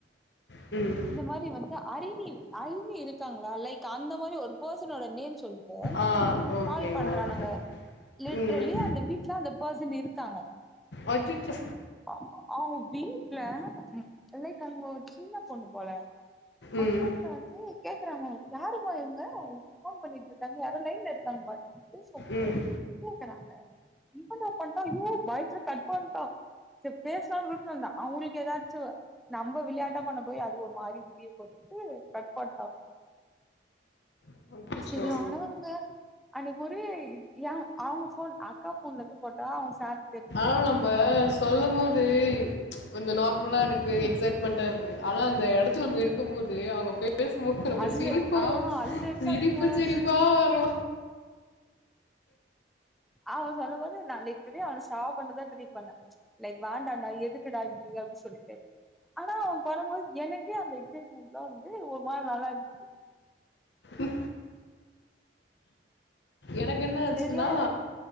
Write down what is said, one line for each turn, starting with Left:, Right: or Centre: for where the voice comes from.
Left: ம்
Centre: இந்த மாரி வந்து அரிணி இரு அரிணி இருக்காங்ளா லைக் அந்த மாரி ஒரு பர்சனோட நேம் சொல் ட்டு
Left: ஆ ஓகேங்க
Centre: கால் பண்றானுங்க
Left: ஓகே
Centre: லிட்ரலி
Left: ம்
Centre: அந்த வீட்ல அந்த பர்சன் இருக்காங்க
Left: அச்சச்சோ
Centre: அ அவுங்க வீட்ல ம் லைக் அங்க ஓர் சின்ன பொண்ணு போல அவங்க
Left: ம்
Centre: வீட்ல வந்து கேக்குறாங்க யாருமா இவங்க ஒனக்கு ஃபோன் பண்ணிட்ரு காங்க யாரோ லைன்ல இருக்காங்க பாரு சொல்லிட்டு
Left: ம்
Centre: கேக்குறாங்க இவ என்ன பண்ணிட்டா யோ பயத்ல கட் பண்ட்டா ச பேசலான்னு விட்டு வந்தா அவங்களுக்கு ஏதாச்சு நம்ம விளையாட்டா பண்ண போய் அது ஒரு மாறி முடியு போதுட்டு கட் பண்ட்டோ
Left: <inaudible>
Centre: இது ஆனவங்க அன்னைக்கு ஒரு ஏ அவங்க ஃபோன் அக்கா ஃபோன்லருந்து போட்டா அவங்க ச
Left: ஆனாலு நம்ம சொல்லும் போது கொஞ்ச நார்மலா இருக்கு
Centre: ம்
Left: எக்ஸைட்மெண்ட்டா இருக்கு ஆனா அந்த எடத்துல நம்ம இருக்கும் போது அவங்க பே பேசும்போது நமக்கு
Centre: அல்லு
Left: சிரிப்பு
Centre: ஆ அல்லு இருக்காதுங்க
Left: சிரிப்பு சிரிப்பா
Centre: சும்மா
Left: வரு
Centre: அவ சொல்லும்போது நா லிட்ரலி அவன சா மட்டுந்தா தெரியப்பன்ன லைக் வாண்டாண்டா எதுக்குடா இப்டி அப்டின்னு சொல்லிட்டு ஆனா அவ பண்ணபோது எனக்கே அந்த எக்ஸைட்மெண்ட்லா வந்து ஒரு மாரி நல்லாருந்துச்சு
Left: ம் எனக்கு என்ன ஆச்சுன்னா
Centre: சரியான